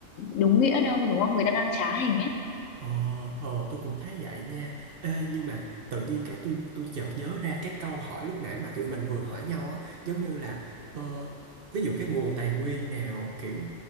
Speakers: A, on the left (about 75°); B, on the right (about 55°).
A: đúng nghĩa đâu đúng không người ta đang trá hình ấy
B: Ờ, ờ tôi cũng thấy vậy nha. Ê, nhưng mà tự nhiên cái tôi tôi chợt nhớ ra cái câu hỏi lúc nãy mà tụi mình vừa hỏi nhau á, giống như là ờ, ví dụ cái nguồn tài nguyên nào kiểu